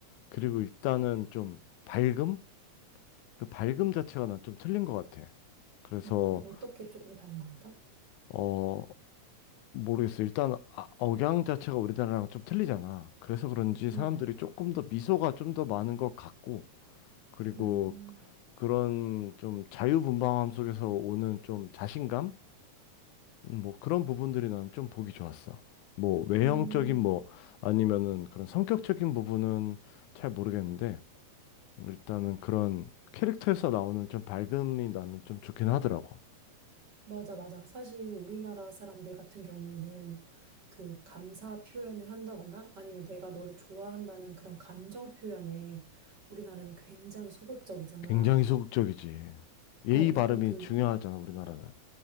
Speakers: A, on the left (about 80°); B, on the right (about 40°).
A: 그리고 일단은 좀 밝음? 그 밝음 자체가 난 좀 틀린 것 같아. 그래서,
B: 음, 어떻게 조금 다른 것 같아?
A: 어... 모르겠어. 일단 아- 억양 자체가 우리나라랑 좀 틀리잖아. 그래서 그런지 사람들이
B: 음,
A: 조금 더 미소가 좀 더 많은 것 같고, 그리고
B: 음,
A: 그런 좀 자유분방함 속에서 오는 좀 자신감? 음, 뭐 그런 부분들이 난 좀 보기 좋았어. 뭐 외형적인
B: 음.
A: 뭐 아니면은 그런 성격적인 부분은 잘 모르겠는데, 일단은 그런 캐릭터에서 나오는 좀 밝음이 나는 좀 좋긴 하더라고.
B: 맞아, 맞아. 사실 우리나라 사람들 같은 경우에는 그 감사 표현을 한다거나 아니면 내가 너를 좋아한다는 그런 감정 표현에 우리나라는 굉장히 소극적이잖아.
A: 굉장히 소극적이지. 예의
B: 어,
A: 바름이
B: 약간 그
A: 중요하잖아, 우리나라는.